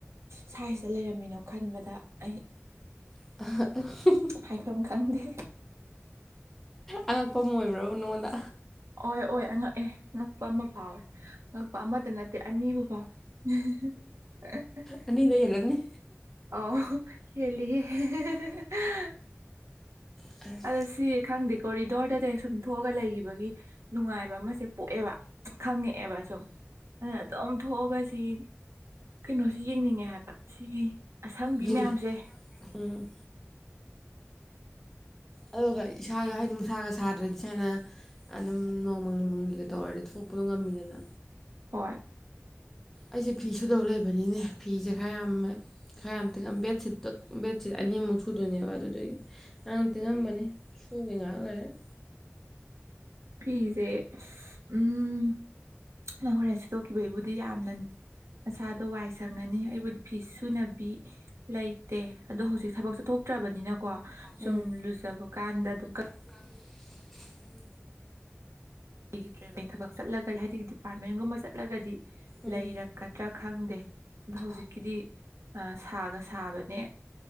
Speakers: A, on the right; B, in the centre.
A: ꯁꯥꯏꯁꯤꯗ ꯂꯩꯔꯝꯃꯤꯅꯣ ꯈꯟꯕꯗ ꯑꯩ
B: <unintelligible>
A: ꯍꯥꯏꯐꯝ ꯈꯪꯗꯦ
B: ꯑꯉꯛꯄ ꯑꯃ ꯑꯣꯏꯕꯕ꯭ꯔ ꯅꯪꯉꯣꯟꯗ
A: ꯑꯣꯏ ꯑꯣꯏ ꯑꯉꯛꯑꯦ ꯉꯛꯄ ꯑꯃ ꯐꯥꯎꯋꯦ ꯉꯛꯄ ꯑꯃꯇ ꯅꯠꯇꯦ ꯑꯅꯤꯕꯨ ꯐꯥꯎꯋꯦ <unintelligible>
B: ꯑꯅꯤꯗꯩ ꯍꯦꯜꯂꯝꯅꯤ
A: ꯑꯣ ꯍꯦꯂꯤꯍꯦ <unintelligible>
B: ꯑꯁ
A: ꯑꯗꯣ ꯁꯤ ꯈꯪꯗꯦꯀꯣ ꯔꯤꯗꯣꯔꯗꯗꯤ ꯁꯨꯝ ꯊꯣꯛꯑꯒ ꯂꯩꯈꯤꯕꯒꯤ ꯅꯨꯡꯉꯥꯏꯕ ꯑꯃꯁꯦ ꯄꯣꯛꯑꯦꯕ ꯈꯪꯉꯛꯑꯦꯕ ꯁꯨꯝ ꯑ ꯑꯗꯨꯝ ꯊꯣꯛꯑꯒ ꯁꯤ ꯀꯩꯅꯣꯁꯤ ꯌꯦꯡꯅꯤꯡꯉꯦ ꯍꯥꯏꯕ ꯁꯤꯒꯤ ꯑꯁꯪꯕꯤ
B: ꯚ꯭ꯌꯨ
A: ꯃꯌꯥꯝꯖꯦ
B: ꯎꯝ ꯑꯗꯨꯒ ꯏꯁꯥꯒ ꯍꯥꯏꯗꯤ ꯅꯨꯡꯁꯥꯒ ꯁꯥꯗ꯭ꯔꯗꯤ ꯁꯥꯥꯏꯅ ꯑꯗꯨꯝ ꯅꯣꯡꯃꯪꯂꯤ ꯃꯪꯂꯤꯒ ꯇꯧꯔꯗꯤ ꯊꯣꯛꯄꯗꯣ ꯉꯝꯃꯤꯗꯅ
A: ꯍꯣꯏ
B: ꯑꯩꯁꯦ ꯐꯤ ꯁꯨꯗꯧ ꯂꯩꯕꯅꯤꯅꯦ ꯐꯤꯁꯦ ꯈꯔ ꯌꯥꯝ ꯈꯔ ꯌꯥꯝꯇꯅ ꯕꯦꯗꯁꯤꯠꯇꯣ ꯕꯦꯗꯁꯤꯠ ꯑꯅꯤꯃꯨꯛ ꯁꯨꯗꯣꯏꯅꯦꯕ ꯑꯗꯨꯗꯨꯒꯤ꯫ ꯉꯔꯥꯡ ꯇꯤꯡꯉꯝꯕꯅꯤ ꯁꯨꯒꯦ ꯉꯩꯍꯥꯛ ꯂꯩꯔꯒ꯫
A: ꯐꯤꯖꯦ ꯑꯁ ꯎꯝ꯫ ꯅꯪꯍꯣꯔꯦꯟ ꯁꯤꯠꯇꯣꯛꯈꯤꯕꯒꯤꯕꯨꯗꯤ ꯌꯥꯝꯅ ꯅꯁꯥꯗꯣ ꯋꯥꯏ ꯁꯪꯉꯅꯤ ꯑꯩꯕꯨꯗꯤ꯫ ꯐꯤꯁꯨꯅꯕꯤ꯫ ꯂꯩꯇꯦ ꯑꯗꯣ ꯍꯧꯖꯤꯛ ꯊꯕꯛ ꯆꯠꯊꯣꯛꯇ꯭ꯔꯕꯅꯤꯅꯀꯣ ꯁꯨꯝ
B: ꯎꯝ
A: ꯂꯨꯖꯕ ꯀꯥꯟꯗ ꯑꯗꯨ ꯀ
B: <unintelligible>
A: ꯂꯩꯒꯤꯗꯔꯦꯕ ꯊꯕꯛ ꯆꯠꯂꯒ ꯍꯥꯏꯗꯤ ꯗꯤꯄꯥꯔꯠꯃꯦꯟꯒꯨꯝꯕ ꯆꯠꯂꯒꯗꯤ
B: ꯎꯝ
A: ꯂꯩꯔ ꯀꯗ꯭ꯔꯥ ꯈꯪꯗꯦ ꯑꯗꯣ ꯍꯧꯖꯤꯛꯀꯤꯗꯤ ꯁꯥꯒ ꯁꯥꯕꯅꯦ꯫